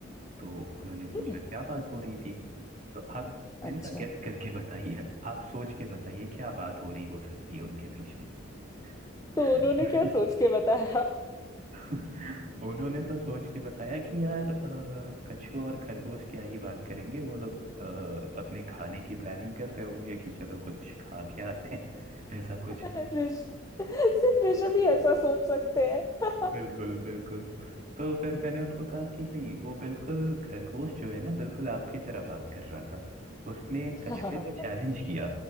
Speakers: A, on the right; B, on the left.
A: तो उन्होंने पूछा
B: हम्म
A: क्या बात हो रही थी तो आप मैंने
B: अच्छा
A: कहा गेस करके बताइए आप सोच के बताइए क्या बात हो रही हो सकती है उनके बीच में <laughs>
B: तो उन्होंने क्या सोच के बताया
A: उन्होंने तो सोच के बताया कि यार अ, कछुआ और खरगोश क्या ही बात करेंगे वो लोग अ, अपने खाने की प्लानिंग कर रहे होंगे कि चलो कुछ खा के आते हैं ऐसा कुछ
B: <laughs> ऋष सिर्फ ऋषभ ही ऐसा
A: <laughs>
B: सोच सकते हैं
A: बिल्कुल बिल्कुल तो फिर मैंने उनको कहा कि नहीं वो बिल्कुल खरगोश जो है ना बिल्कुल आपकी तरह बात कर रहा था उसने कछुए
B: हाँ।
A: को चैलेंज किया